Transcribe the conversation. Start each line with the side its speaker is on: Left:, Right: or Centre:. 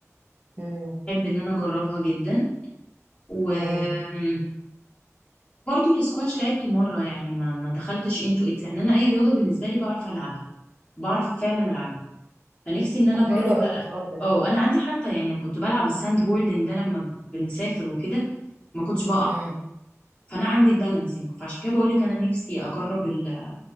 Right: امم
Left: احب ان انا اجربها جدا وبرضو
Right: امم
Left: الاسكواش لعبته مره يعني ما ما دخلتش انتو اتس يعني انا اي رياضه بالنسبه لي بعرف العبها بعرف فعلا العبها فنفسي ان انا
Right: طب
Left: اجرب
Right: حلو
Left: بقى
Right: قوي ما شاء الله
Left: اه انا عندي حتى يعني أنا كنت بلعب الساند بوردنج ده لما بنسافر وكده ما كنتش بقع
Right: امم
Left: فانا عندي البالانسنج فعشان كده بقول لك انا نفسي اجرب ال-